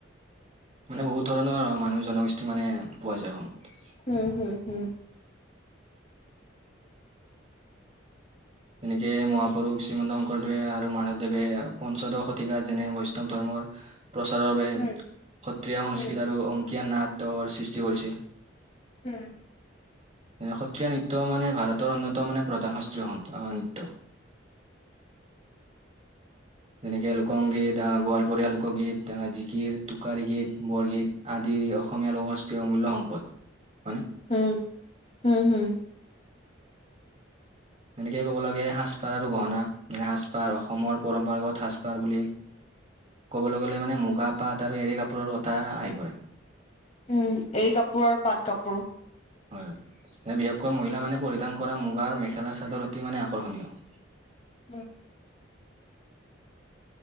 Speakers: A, on the right (about 35°); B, on the left (about 35°).
A: মানে বহুত ধৰণৰ মানুহ জনগোষ্ঠী মানে পোৱা যায় অসমত
B: উম হম হম।
A: এনেকে মহাপুৰুষ শ্ৰীমন্ত শংকৰদেৱে আৰু মাধৱদেৱে পঞ্চদশ শতিকা যেনে বৈষ্ণৱ ধৰ্মৰ প্ৰচাৰৰ বাবে
B: উম,
A: সত্ৰীয়া সংস্কৃত
B: উম,
A: আৰু অংকীয়া নাট ৰ সৃষ্টি কৰিছিল।
B: উম।
A: সত্ৰীয়া নৃত্য মানে ভাৰতৰ অন্যতম মানে প্ৰধান সস্ত্ৰীয়হন অ নিত্য। যেনেকে লোকসংগীত আহ গোৱালপৰীয়া লোকগীত জিকিৰ টোকাৰি গীত বৰগীত। আদি অসমীয়া লোকগোষ্ঠীৰ অমূল্য সম্পদ। হয়নে
B: উম হম হম।
A: এনেকে ক'ব লাগে সাজপাৰ আৰু গহনা সাজপাৰ অসমৰ পৰম্পৰাগত সাজপাৰ বুলি ক'বলৈ গ'লে মানে মুগা পাট আৰু এৰী কাপোৰৰ কথা আহি পৰে।
B: উম এ কাপোৰ আৰু পাট কাপোৰ
A: হয় হয় বিশেষকৈ মহিলা মানে পৰিধান কৰা মুগাৰ মেখেলা চাদৰ অতি মানে আকৰ্ষণীয়। <inaudible>
B: <inaudible>